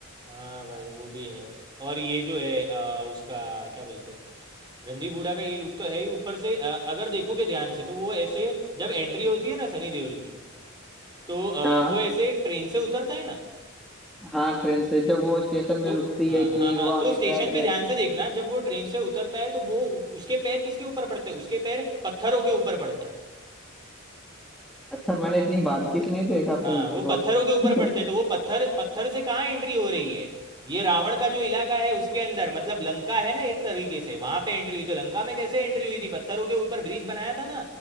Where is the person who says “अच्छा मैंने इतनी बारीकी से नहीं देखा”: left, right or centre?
Centre